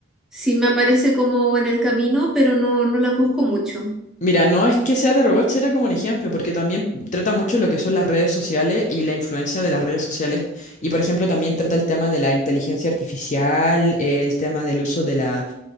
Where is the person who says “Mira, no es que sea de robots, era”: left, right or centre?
Left